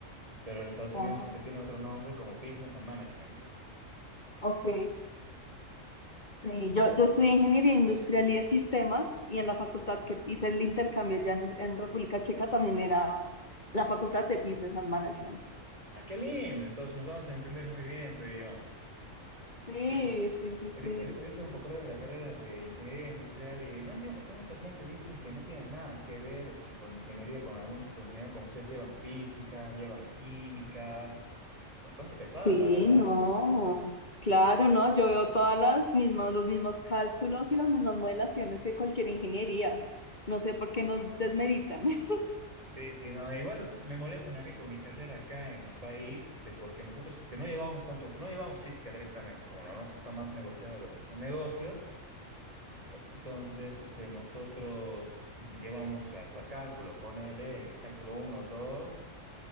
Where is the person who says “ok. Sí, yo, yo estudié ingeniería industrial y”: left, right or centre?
Left